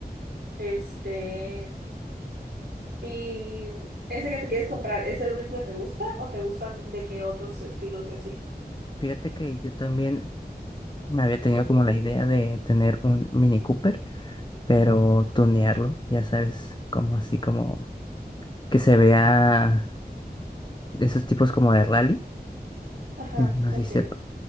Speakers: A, on the right (about 75°); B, on the left (about 25°).
A: Este, ¿Y ese que te quieres comprar, es el único que te gusta o te gustan de qué otros estilos y así?
B: Fíjate que yo también me había tenido como la idea de tener un Mini Cooper, pero tunearlo, ya sabes, como así como que se vea de esos tipos como de rally,
A: Ajá,
B: no sé
A: ok.
B: si sepa.